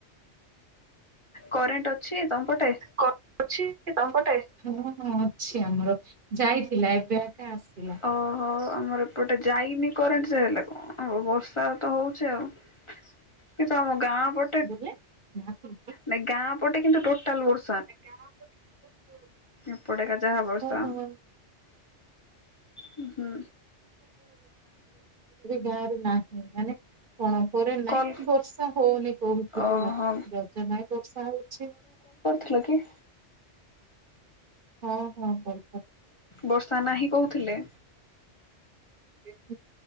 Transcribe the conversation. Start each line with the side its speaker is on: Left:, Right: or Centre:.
Left: କରେଣ୍ଟ ଅଛି? ତମପଟେ
Right: କଣ ଅଛି ହଁ ହଁ ଅଛି ଆମର ଯାଇଥିଲା ଏବେ ଆକା ଆସିଲା।
Left: ଓ ହୋ। ଆମର ଏପଟେ ଯାଇନି କରେଣ୍ଟ ସେ ହେଲେ କଣ? ଉ ବର୍ଷା ତ ହଉଚି ଆଉ। କିନ୍ତୁ ଆମ ଗାଁ ପଟେ
Right: ବୁଲେ ହଁ
Left: ନାଁଇ ଗାଁ ପଟେ କିନ୍ତୁ ଟୋଟାଲ ବର୍ଷ
Right: <unintelligible>
Left: ଏପଟେକା ଜାହା ବର୍ଷା।
Right: ହଁ।
Left: ହୁଁ।
Right: ଗାଁର ନାଁ ଏମାନେ କଣ କରେ ନାଇଁ
Left: କଲ
Right: କି କିନ୍ତୁ ବର୍ଷା ହଉନି କୋଉଠିବି
Left: ଓହୋ
Right: ହେଲେ ରଜ ନାଇଁ ବର୍ଷା ହଉଛି।
Left: ଥିଲ କି?
Right: ହଁ ହଁ ହଉ।
Left: ବର୍ଷା ନାହିଁ କହୁଥିଲେ।
Right: <unintelligible>